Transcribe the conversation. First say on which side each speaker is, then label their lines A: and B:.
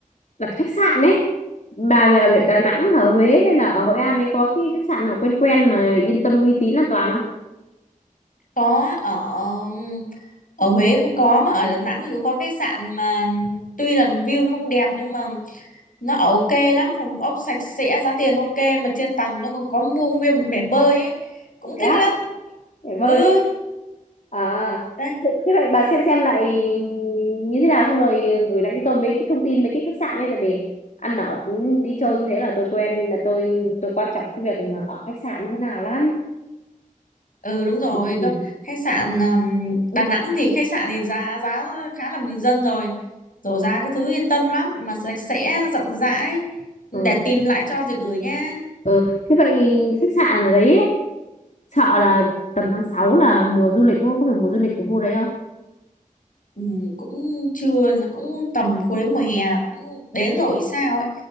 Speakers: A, on the left; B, on the left.
A: là khách sạn ấy bà về ở
B: Ừ.
A: Đà Nẵng ở Huế hay là ở Hội An ấy có cái khách sạn nào quen quen mà yên tâm uy tín an toàn không
B: có ở ở Huế cũng có mà ở Đà Nẵng thì cũng có khách sạn mà tuy là view nó không đẹp nhưng mà nó ở ok lắm phòng ốc sạch sẽ giá tiền ok mà trên tầng nó còn có mua nguyên một bể bơi ấy cũng
A: Thế
B: thích
A: á?
B: lắm
A: để
B: ừ
A: bơi. À,
B: đây
A: thế vậy bà xem xem lại như thế nào xong rồi gửi lại cho tôi mấy cái thông tin mấy cái khách sạn ấy tại vì ăn ở đi chơi như thế là tôi quen là tôi tôi quan trọng cái việc ở khách sạn như thế nào lắm.
B: ừ đúng rồi
A: Ừ,
B: gâm- khách sạn um, Đà Nẵng thì khách sạn thì giá giá khá là bình dân rồi rồi giá cái thứ yên tâm lắm mà sạch sẽ rộng rãi để
A: ừ.
B: tìm lại cho rồi gửi nha
A: ừ. Thế vậy khách sạn ở đấy ấy, sợ là tầm tháng 6 là mùa du lịch đúng không? Có phải mùa du lịch của khu đấy không?
B: ừ, cũng chưa là cũng tầm cuối đến mùa hè là cũng đến rồi sao ấy